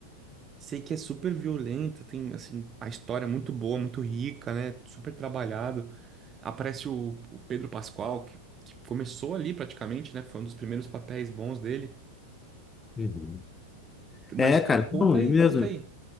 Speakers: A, on the right (about 25°); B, on the left (about 15°).
A: sei que é super violenta, tem, assim, a história é muito boa, muito rica, né? Super trabalhado. Aparece o, o Pedro Pascal, que, que começou ali praticamente, né? Foi um dos primeiros papéis bons dele.
B: Uhum.
A: Mas
B: É, cara,
A: ca- conta
B: bom, é
A: aí,
B: mesmo.
A: conta aí.